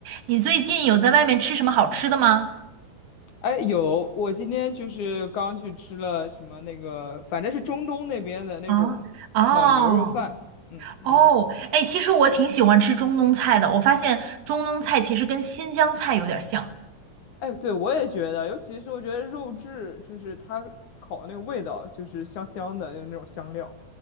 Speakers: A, on the right (about 70°); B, on the left (about 60°).
A: 你最近有在外面吃什么好吃的吗？
B: 哎，有，我今天就是刚去吃了什么那个，反正是中东那边的那种烤牛肉饭。
A: 啊，哦，
B: 嗯嗯，
A: 哦，哎，其实我挺喜欢吃中东菜的。我发现中东菜其实跟新疆菜有点像，
B: 哎，对，我也觉得，尤其是我觉得肉质，就是它烤的那个味道，就是香香的，就是那种香料。